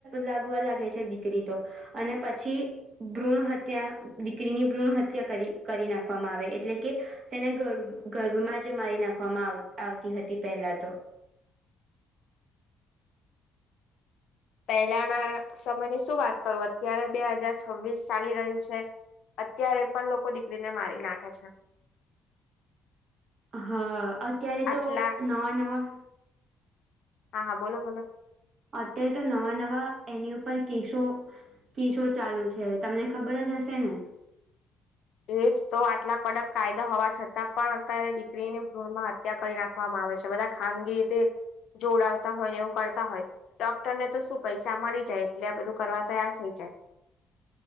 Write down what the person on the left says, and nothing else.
પહેલાના સમયની શું વાત કરું અત્યારે બે હજાર છવ્વીસ ચાલી રહ્યું છે. અત્યારે પણ લોકો દીકરીને મારી નાખે છે.
આટલા
હા હા બોલો બોલો
એજ તો આટલા કડક કાયદા હોવા છતાં પણ અત્યારે દીકરીની ભ્રૂણમાત હત્યા કરી નાખવામાં આવે છે બધા ખાનગી રીતે જોડાવતા હોય ને એવું કરતા હોય ડોક્ટર ને તો શું પૈસા મળી જાય એટલે આ બધું કરવા તૈયાર થઈ જાય